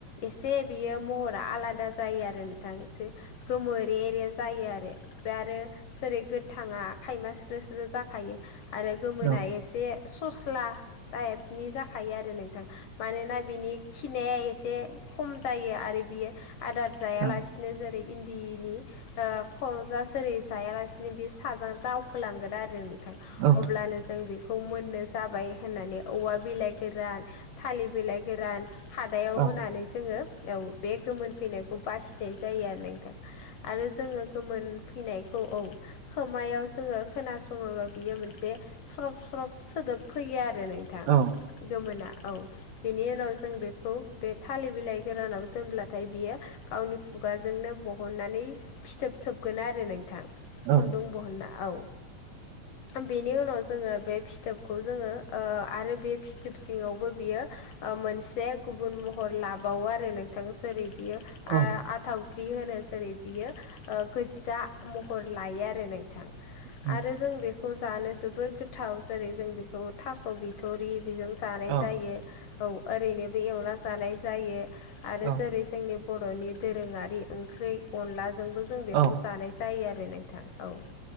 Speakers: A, on the left; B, on the right.
A: एसे बियो महरा आलादा जायो आरो नोंथां गोमोरे रे जायो आरो बे आरो जेरै गोथाङा खायमा स्रो स्रो जा खायो आरो गोमोना
B: ओं
A: एसे सस्ला टाइपनि जाखायो आरो नोंथां मानोना बिनि खिनाया एसे खम जायो आरो बियो आदार जायालासे
B: ओं
A: नो जेरै इन्दिनि खर'साआ जेरै जायालासिनो बे साजों दावखोलांगोन आरो नोंथां
B: औ
A: अब्लानो जों बेखौ मोननो जाबाय होननानै औवा बिलाइ गोरान थालिर बिलाइ गोरान खादायाव
B: औ
A: होनानै जोङो औ बे गोमोन फैनायखौ बासिनाय जायो आरो नोंथां आरो जोङो गोमोन फैनायखौ औ खोमायाव जोङो खोनासङोबा बियो मोनसे स्रब स्रब सोदोब फैयो आरो नोंथां
B: औ
A: गोमोना औ बेनि उनाव जों बेखौ बे थालिर बिलाइ गोरानाव दोनब्लाथाय बेयो गावनि खुगाजोंनो बहननानै फिथोब थोबगोन आरो नोंथां
B: औ
A: खुन्दुं बहनना औ बेनि उनाव जोङो बे फिथोबखौ जोङो आरो बे फिथोब सिङावबो बियो मोनसे गुबुन महर लाबावो आरो नोंथां जेरै बियो
B: औ
A: आ थावख्रि होनो जेरै बियो गोज्जा महर लायो आरो नों
B: उम
A: आरो जों बे खौ जानो जोबोर गोथाव जेरै जों बेखौ थासबिथरि बेजों जा
B: औ
A: ओरैनो बे एवना जानाय जायो आरो
B: औ
A: जेरै जोंनि बर'नि दोरोङारि ओंख्रि अनलाजोंबो जों बेखौ
B: औ
A: जानाय जायो आरो नोंथां औ